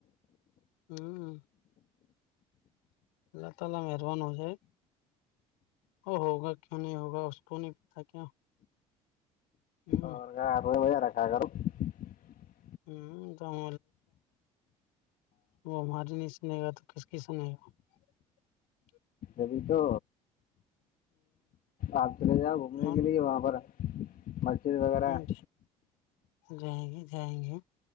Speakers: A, on the left; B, on the left.
A: ہ اللہ تعالی مہربان ہو جائے او ہوگا کیوں نہیں ہوگا اس کو نہیں <unintelligible> ہ
B: اور گ <unintelligible> مہ رکھا ہے گوں <unintelligible>
A: ہ تو ہم وہ ہماری نہیں سنے گا تو کس کی سنے گا <unintelligible>
B: ابھی تو آپ چلے جاؤ گھومنے
A: ہوں
B: کے لیے وہاں پر <unintelligible> بچ <unintelligible> ز وغیرہ
A: اور
B: <unintelligible>
A: جائیں گے جائیں گے